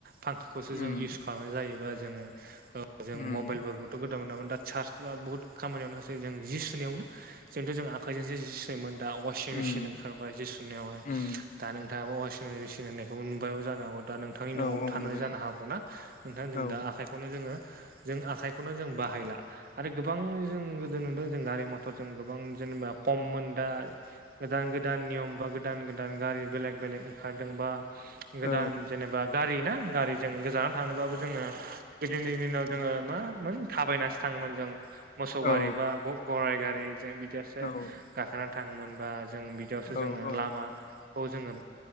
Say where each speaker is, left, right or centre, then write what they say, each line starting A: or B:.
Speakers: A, on the right; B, on the left.
A: फांखाखौसो
B: उम
A: जों इउस खालामनाय जायोबा जोङो ओ जों
B: उम
A: म थ' गोदाव मोनामोन दा चार्स बा बहुत खामानियावनो जों जि सुनायावनो जोंथ' जों आखाइजोंसो जि सु मोन दा अवासिन
B: उम
A: मेसिन ओंखारबाय जि सुनायावहाय
B: उम
A: दा नोंथाङाबा अवासि सिनायनायखौबो नुबायबो जानो हागौ दा नोंथांनि न'आवबो
B: औ औ
A: थानानै
B: नुबाय
A: जानो
B: नुबाय
A: हागौ ना। नोंथां जों
B: औ
A: दा आखाइखौनो जोङो जों आखाइखौनो जों बाहायला आरो गोबां जों गोदो नुदों जों गारि मथर जों गोबां जेनेबा खममोन दा गोदान गोदान नियम बा गोदान गोदान गारि बेलेग बेलेग ओंखारदोंबा गोदान
B: औ
A: जेनेबा गारि ना गारिजों गोजानाव थांनोबाबो जोङो गोदोनि दिनाव जोङो मामोन थाबायनासो थाङोमोन जों मोसौ गारि
B: औ
A: बा ग-गराइ गारि जों बि यावसो
B: औ
A: गाखोनानै थाङोमोन बा जों बिदियावसो
B: औ
A: जोङो
B: औ
A: लामा खौ जोङो